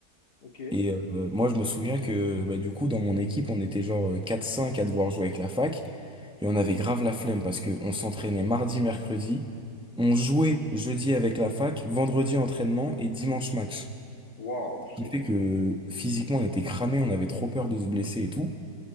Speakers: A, on the left; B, in the centre.
A: Ok.
B: Et euh, moi, je me souviens que bah, du coup, dans mon équipe, on était genre euh, 4-5 à devoir jouer avec la fac et on avait grave la flemme parce que on s'entraînait mardi, mercredi, on jouait jeudi avec la fac, vendredi entraînement et dimanche match.
A: Waouh,
B: Ce qui
A: c'est
B: fait que physiquement, on était cramés, on avait trop peur de se blesser et tout.